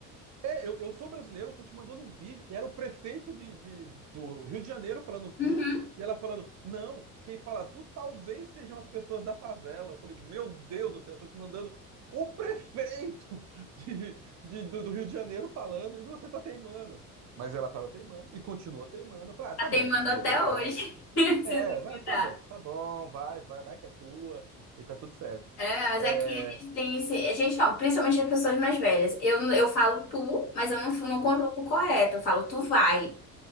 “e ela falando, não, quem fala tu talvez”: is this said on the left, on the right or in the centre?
Right